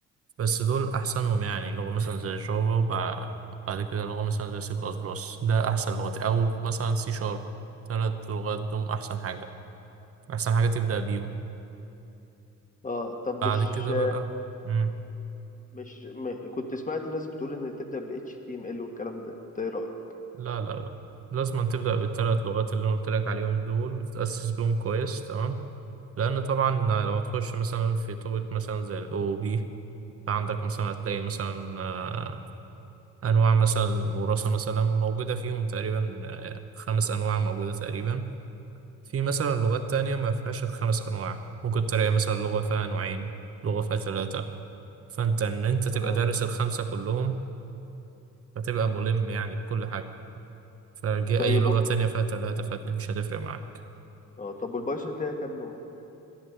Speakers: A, on the right; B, on the left.
A: بس دول أحسنهم يعني لغة مثلا زي جافا وبع- بعد كده لغة مثلا زي سي بلس بلس ده أحسن لغات أو مثلا سي شارب تلات لغات دول أحسن حاجة أحسن حاجة تبدأ بيهم
B: آه طب
A: بعد
B: مش
A: كده بقى مم.
B: مش م... كنت سمعت ناس بتقول إن تبدأ بال HTML والكلام ده أنت إيه رأيك؟
A: لا لا لا لازم أن تبدأ بالثلاث لغات اللي أنا قلت لك عليهم دول وتتأسس بيهم كويس تمام لأن طبعا لو تخش مثلا في توبيك مثلا زي ال OOP فعندك مثلا هتلاقي مثلا آه، أنواع مثلا الوراثة مثلا موجودة فيهم تقريبا آه، خمس أنواع موجودة تقريبا في مثلا لغات تانية ما فيهاش الخمس أنواع ممكن تلاقي مثلا لغة فيها نوعين لغة فيها ثلاثة فأنت إن أنت تبقى
B: آه
A: دارس الخمسة كلهم فتبقى ملم يعني بكل حاجة فجه
B: طيب
A: أي لغة
B: و...
A: تانية فيها تلاتة فيها اتنين مش هتفرق معاك
B: آه طب والبايثون فيها كام نوع؟